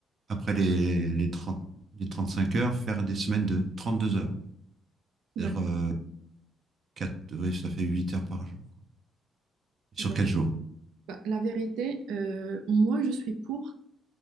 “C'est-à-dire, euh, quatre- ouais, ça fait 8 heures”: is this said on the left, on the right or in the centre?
Right